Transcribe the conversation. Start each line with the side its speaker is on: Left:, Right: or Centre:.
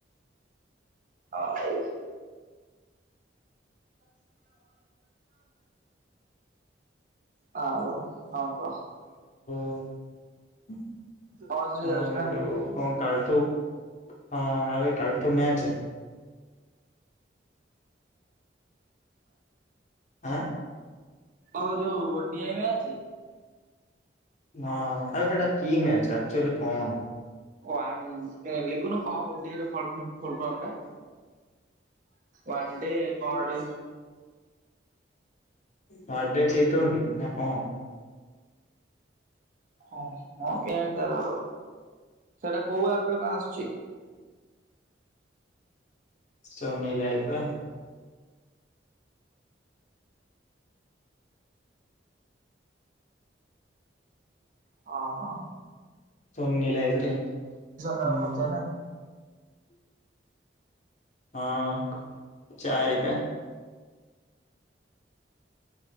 Right: ଆଉ ଆଉ। ହଁ କହ।
Left: ହଉ
Right: ବସ ରେ
Left: ଆଉ
Right: ଯାଉଛୁ ନା
Left: ଏ ଯୋଉ କଣ? କାଲଠୁ। ହଁ ଆବେ କାଲଠୁ ମ୍ୟାଚ୍। ଆଁ?
Right: ଓହଁ ଯୋଉ ଓଡ଼ିଆଇ ମ୍ୟାଚ୍।
Left: ହଁ ଆବେ ସେଟା କି ମ୍ୟାଚ୍ ଆକ୍ଚଲି କଣ?
Right: ଓ ଆନ ଏ ଲିକୁନୁ କଣ ଓ ଡି ରେ ଫର୍ମଫୁ ଫୁଲ୍ ଫର୍ମ ଟା? ୱାଣ୍ଡେ କଣ ଗୋଟେ।
Left: ୱାନଡେ ଟି ଟୱାନ୍ତି ନାଁ କ
Right: ହ ହଁ କେଣ ତାର ସେଟା କୋଉ ଆପ୍ କଣ ଆସୁଛି?
Left: <unintelligible>
Right: ହଁ ହଁ।
Left: ସୋନି ଲାଇଭି ରେ
Right: ନବାକୁ
Left: ହୁଁ।
Right: ପଡୁଥିବ ନା
Left: ହଁ ଚାରାରିପା।